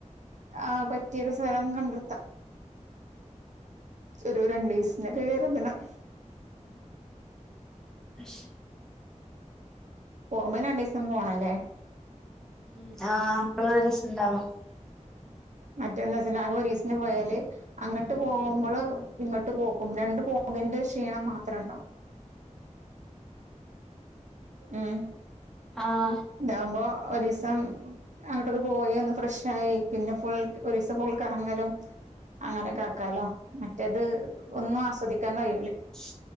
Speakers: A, on the right (about 70°); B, in the centre.
A: ആ പറ്റിയൊരു സ്ഥലം കണ്ടെത്ത ഒരു രണ്ടിവസ്നെക്കെ കർത്താനം.
B: ഉം ശ്.
A: പോവുമ്പോ രണ്ടീസം പോണല്ലേ
B: മ് ആഹ് അപ്പഴ ഒരു രസണ്ടാവാ
A: മറ്റന്താച്ചല് ആകെ ഒരീസിന് പോയാല് അങ്ങോട്ട് പോകുമ്പോള് ഇങ്ങോട്ട് പോക്കും രണ്ടു പോകിന്റെ ക്ഷീണം മാത്രണ്ടാവു ഉം
B: ആഹ്‌.
A: താവുമ്പോ ഒരീസം അങ്ങോട്ടൊക്കെ പോയി ഒന്ന് ഫ്രഷായി പിന്നെ ഫുൾ ഒരു ദിവസം ഫുൾ കർങ്ങലും അങ്ങനെക്കാക്കലോ മറ്റേത് ഒന്നു ആസ്വദിക്കാൻ കഴിയൂല.
B: ശ്